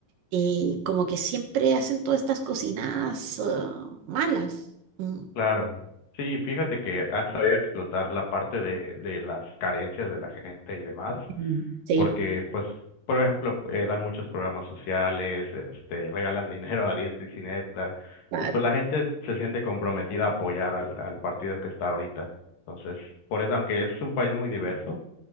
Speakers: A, on the right (about 70°); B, on the left (about 70°).
A: eh, como que siempre hacen todas estas cocinadas ah, malas. Mm,
B: Claro. Sí, fíjate que han sabido explotar la parte de, de las carencias de la gente y demás,
A: Mm. sí,
B: porque pues, por ejemplo, eh, dan muchos programas sociales, este, regalan <laughs> dinero a diestra y siniestra. Entonces,
A: pa-
B: pues la gente se siente comprometida a apoyar al, al partido que está ahorita. Entonces, por eso, aunque es un país muy diverso,